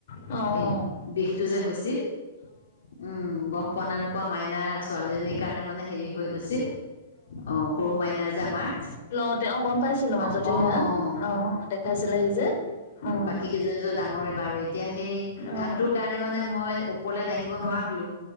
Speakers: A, on the left; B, on the left.
A: অঁ।
B: এই বিষটো যে হৈছিল। উম গম পোৱা নাই নোপোৱা মাইনা ছোৱালী- ছোৱালীজনীৰ কাৰণে মানে হেৰি হৈ গৈছিল। অ সৰু মাইনা যে আমাৰ,
A: অ তেওঁ গম পাইছিলো মাজতে
B: অঁ অঁ
A: সেয়া, দেখাইছিলাহি যে। অ।
B: সেইকেজোৰ ডাঙৰে বাৰু। এতিয়া সেই
A: অ',
B: হাতটোৰ কাৰণে মানে মই ওপৰলৈ দাঙিব নোৱাৰা হলো।